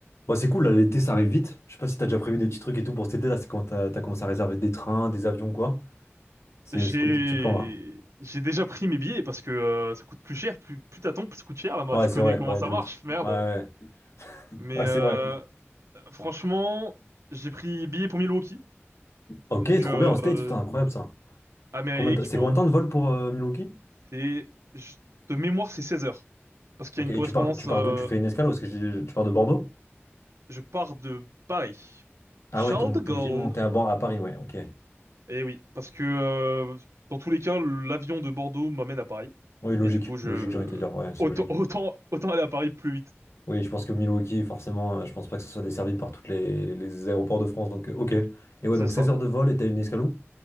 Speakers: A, on the left (about 75°); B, on the right (about 85°).
A: Bon, c'est cool, là, l'été ça arrive vite. Je sais pas si t'as déjà prévu des petits trucs et tout pour cet été, là, c'est quand t'as t'as commencé à réserver des trains, des avions, quoi. C'est
B: J'ai
A: c'est quoi tes petits plans là?
B: j'ai déjà pris mes billets parce que euh, ça coûte plus cher, plus plus t'attends, plus ça coûte cher là-bas.
A: Ouais,
B: Tu
A: c'est
B: connais
A: vrai,
B: comment
A: ouais,
B: ça
A: de
B: marche,
A: ouf.
B: merde.
A: Ouais, ouais, Ouais,
B: Mais
A: Ouais,
B: euh,
A: c'est vrai.
B: franchement, j'ai pris billets pour Milwaukee,
A: Ok,
B: donc
A: trop
B: euh,
A: bien, en States,
B: euh,
A: putain, incroyable ça.
B: Amérique.
A: Combien de- c'est
B: Bon,
A: combien de temps de vol pour euh, Milwaukee?
B: c'est je- de mémoire c'est 16 heures parce qu'il
A: Ok,
B: y a une
A: et
B: correspondance.
A: tu pars, tu pars
B: euh,
A: d'où? Tu fais une escale parce que j'ai- tu pars de Bordeaux?
B: je pars de Paris,
A: Ah
B: Charles
A: ouais, t'es
B: de Gaulle.
A: t'es obligé de monter à, Bor- à Paris, ouais, ok.
B: Eh oui, parce que euh, dans tous les cas, l'avion de Bordeaux m'amène à Paris
A: Oui, logique,
B: et du coup je
A: logique, j'ai envie de te dire, ouais, c'est
B: autant
A: logique.
B: autant autant aller à Paris plus vite.
A: Oui, je pense que Milwaukee, forcément, euh, je pense pas que ce soit desservi par tous les, les aéroports de France, donc euh, ok. Et ouais,
B: C'est
A: donc
B: ça.
A: 16 heures de vol et t'as une escale où?